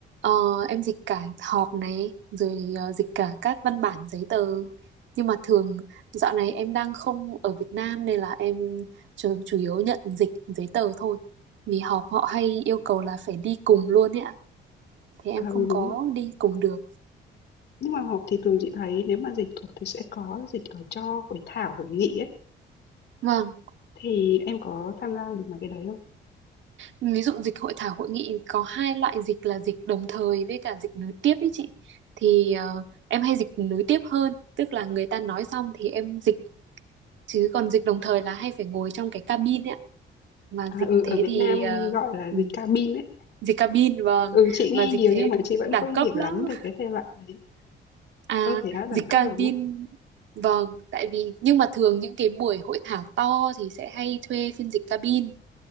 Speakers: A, on the right; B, on the left.
A: Ờ, em dịch cả họp này rồi ờ, dịch cả các văn bản giấy tờ nhưng mà thường dạo này em đang không ở Việt Nam nên là em chủ, chủ yếu nhận dịch giấy tờ thôi vì họp họ hay yêu cầu là phải đi cùng luôn ấy ạ thì em
B: À
A: không
B: ừ đúng
A: có
B: rồi.
A: đi cùng được
B: Nhưng mà họp thì thường chị thấy nếu mà dịch thuật thì sẽ có dịch ở cho hội thảo, hội nghị ấy
A: vâng
B: Thì em có tham gia được mấy cái đấy không?
A: ví dụ dịch hội thảo hội nghị có hai loại dịch là dịch đồng thời với cả dịch nối tiếp ấy chị thì ờ, em hay dịch nối tiếp hơn tức là người ta nói xong thì em dịch chứ còn dịch đồng thời là hay phải ngồi trong cái cabin ấy ạ. mà
B: À,
A: dịch
B: ừ,
A: thế
B: ở Việt
A: thì
B: Nam
A: ờ,
B: gọi là
A: ừ,
B: dịch cabin ấy.
A: dịch cabin vâng
B: Ừ, chị nghe
A: mà dịch
B: nhiều
A: thế
B: nhưng mà chị vẫn
A: đẳng
B: không
A: cấp
B: hiểu
A: lắm
B: lắm về cái thể loại đấy.
A: à
B: Ơ thế á, đẳng
A: dịch
B: cấp
A: cabin
B: lắm á.
A: vâng tại vì nhưng mà thường những cái buổi hội thảo to thì sẽ hay thuê phiên dịch cabin